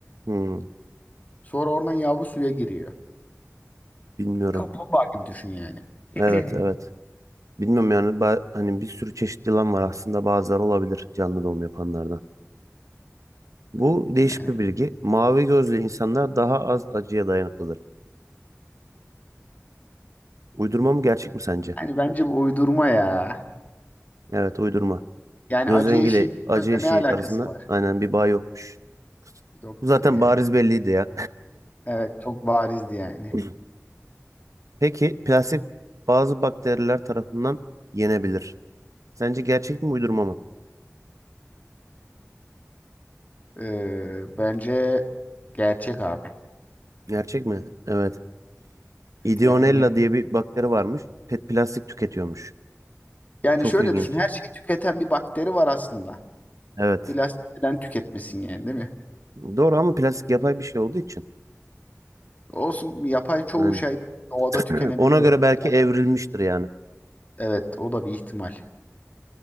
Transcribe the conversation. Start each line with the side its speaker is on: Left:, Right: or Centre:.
Right: Hmm,
Left: Sonra oradan yavru suya giriyor.
Right: bilmiyorum.
Left: Kaplumbağa gibi düşün yani. <clears throat>
Right: Evet evet. Bilmiyorum yani ba- hani bir sürü çeşit yılan var aslında bazıları olabilir canlı doğum yapanlardan. Bu değişik
Left: Yani
Right: bir bilgi. Mavi gözlü insanlar daha az acıya dayanıklıdır. Uydurma mı gerçek mi sence?
Left: hani bence bu uydurma ya.
Right: Evet uydurma.
Left: Yani
Right: Göz
Left: acı
Right: rengiyle
Left: eşiği
Right: acı
Left: gözle
Right: eşiği
Left: ne alakası
Right: arasında
Left: var?
Right: aynen bir bağ yokmuş.
Left: Yoktur
Right: Bu zaten
Left: yani.
Right: bariz belliydi ya.
Left: Evet çok barizdi yani.
Right: <laughs> Peki plastik bazı bakteriler tarafından yenebilir. Sence gerçek mi uydurma mı?
Left: Ee, bence gerçek abi.
Right: Gerçek mi? Evet. Ideonella
Left: Yani
Right: diye bir bakteri varmış. Pet plastik tüketiyormuş.
Left: yani
Right: Çok
Left: şöyle
Right: ilginç.
Left: düşün. Her şeyi tüketen bir bakteri var aslında.
Right: Evet.
Left: Plastikten tüketmesin yani değil mi?
Right: Doğru ama plastik yapay bir şey olduğu için.
Left: Olsun yapay çoğu
Right: Yani
Left: şey doğada
Right: <clears throat>
Left: tükenebiliyor.
Right: ona göre
Left: Yani.
Right: belki
Left: Plas-
Right: evrilmiştir yani.
Left: evet o da bir ihtimal.